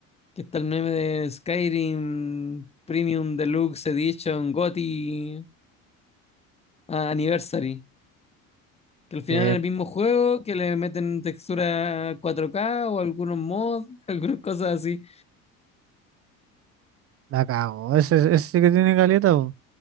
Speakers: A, on the left (about 15°); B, on the right (about 35°).
A: que está el meme de Skyrim Premium Deluxe Edition GOTY ah, Anniversary, que al final
B: eh,
A: es el mismo juego, que le meten textura 4K o algunos mods, <laughs> algunas cosas así.
B: la cago. Ese, ese sí que tiene caleta, po.